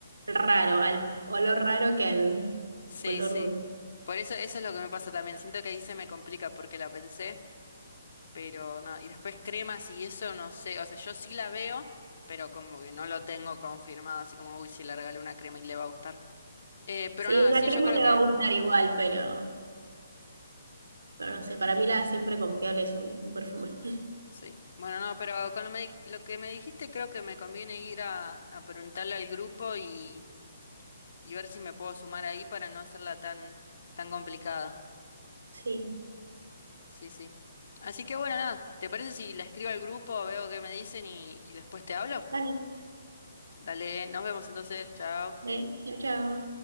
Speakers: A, on the right; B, on the left.
A: raro, al olor raro que al
B: Sí,
A: olor
B: sí.
A: dulce.
B: Por eso, eso es lo que me pasa también. Siento que ahí se me complica porque la pensé, pero nada. Y después cremas y eso no sé. O sea, yo sí la veo, pero como que no lo tengo confirmado, así como, uy, si le regalo una crema y le va a gustar. Eh, pero
A: Sí,
B: nada,
A: una
B: sí,
A: crema
B: yo creo
A: le
B: que.
A: va a gustar igual, pero, pero no sé, para mí la siempre confiable es un, un perfume. <laughs>
B: Sí. Bueno, no, pero con lo, me- lo que me dijiste creo que me conviene ir a, a preguntarle al grupo y, y ver si me puedo sumar ahí para no hacerla tan, tan complicada.
A: Sí,
B: Sí, sí. Así que bueno, nada, ¿te parece si la escribo al grupo, veo qué me dicen y, y después te hablo?
A: dale.
B: Dale, nos vemos entonces, chao.
A: Đấy, chào chào.